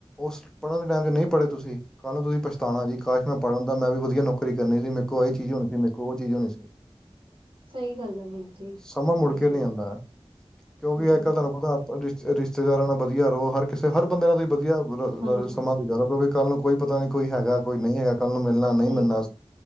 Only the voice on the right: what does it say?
ਸਹੀ ਗੱਲ ਆ ਵੀਰ ਜੀ
ਸਹੀ
ਗੱਲ
ਹਮ
ਹਾਂਜੀ
ਸਹੀ
ਗੱਲ